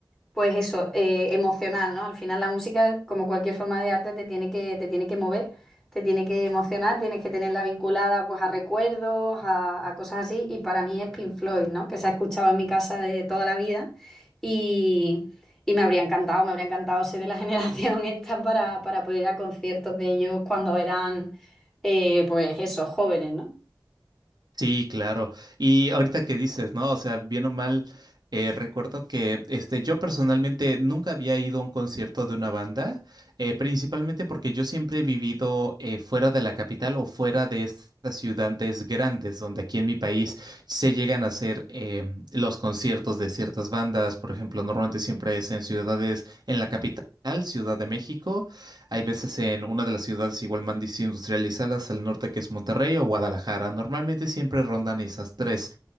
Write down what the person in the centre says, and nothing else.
pues eso, eh, emocional, ¿no? Al final la música, como cualquier forma de arte, te tiene que, te tiene que mover. Te tiene que emocionar, tienes que tenerla vinculada pues a recuerdos, a, a cosas así. Y para mí es Pink Floyd, ¿no? Que se ha escuchado en mi casa de toda la vida. Y, y me habría encantado, me habría encantado ser de la <laughs> generación esta para, para poder ir a conciertos de ellos cuando eran, eh, pues eso, jóvenes, ¿no?